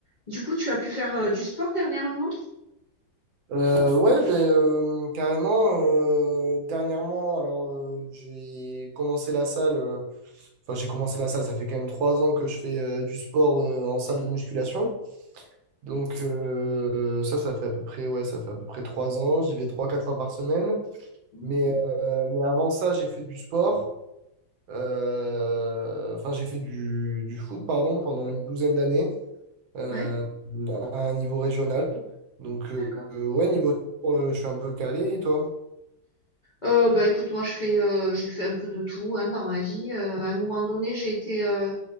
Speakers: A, on the left; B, on the right.
A: Du coup, tu as pu faire euh, du sport dernièrement?
B: Euh, ouais, ben, euh, carrément. euh, dernièrement, alors euh, j'ai commencé la salle. euh, Enfin, j'ai commencé la salle. Ça fait quand même trois ans que je fais euh, du sport euh, en salle de musculation. Donc euh, ça, ça fait à peu près ouais, ça fait à peu près trois ans. J'y vais trois, quatre fois par semaine.
A: Mhm.
B: Mais euh, mais avant ça, j'ai fait du sport. Euh, Enfin, j'ai fait du du foot, pardon, pendant une douzaine d'années euh,
A: Ouais,
B: à un niveau régional. Donc euh,
A: d'accord.
B: euh, ouais, niveau sport, euh, je suis un peu calé. Et toi?
A: Euh, bah écoute, moi je fais, euh, j'ai fait un peu de tout hein, dans ma vie. Euh, à un moment donné, j'ai été euh,